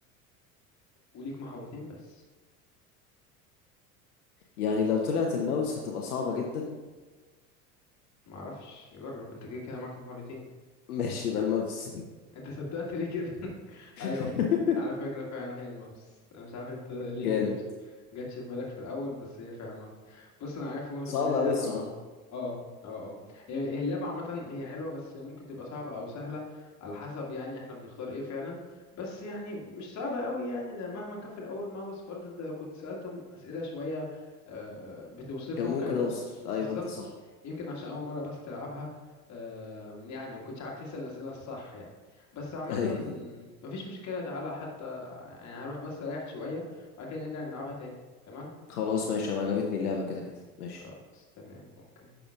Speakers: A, on the left (about 35°); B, on the left (about 75°).
A: وليك محاولتين بس
B: يعني لو طلعت الماوس هتبقى صعبه جدا
A: معرفش جرب انت كده كده معاك محاولتين
B: <laughs> ماشي يبقى الماوس
A: انت صدقت ليه كده <laughs>
B: <laughs>
A: ايوه ف... على فكره فعلا هي الماوس انا مش عارف انت ليه
B: جامد
A: ما جاتش جاتش في بالك في الاول بس هي فعلا الماوس بص انا عارف ممكن
B: صعبه
A: تكون اللعبه
B: قوي الصراحه
A: اه اه اه هي هي اللعبه عامه هي حلوه بس ممكن تبقى صعبه او سهله على حسب يعني احنا بنختار ايه فعلا بس يعني مش صعبه قوي يعني ده مهما كان في الاول ماوس برضه انت لو كنت سالتهم اسئله شويه آه، بتوصفه
B: كان ممكن
A: كان
B: اوصل ايوه
A: بالظبط
B: انت صح
A: يمكن عشان اول مره بس تلعبها آه، يعني ما كنتش عارف تسال الاسئله الصح يعني بس عامة
B: ايوه
A: مفيش مشكلة تعالى حتى يعني هروح بس أريح شوية بعد كده نرجع نلعبها تاني تمام
B: خلاص ماشي انا عجبتني اللعبه كده كده ماشي
A: خلاص تمام أوكي